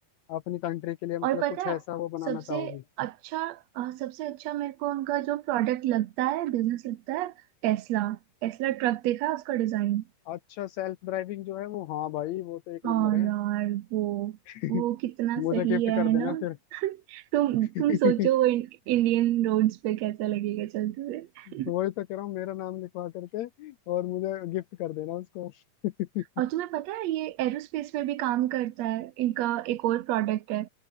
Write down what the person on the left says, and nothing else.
अपनी कंट्री के लिए मतलब
कुछ
ऐसा वो बनाना
चाहोगी
अच्छा सेल्फ ड्राइविंग जो है वो हाँ भाई वो तो एक नंबर
है
<laughs>
मुझे
गिफ्ट
कर देना
फिर
<laughs>
वही
तो कह रहा हूँ मेरा नाम लिखवा करके और मुझे गिफ्ट कर देना उसको <laughs>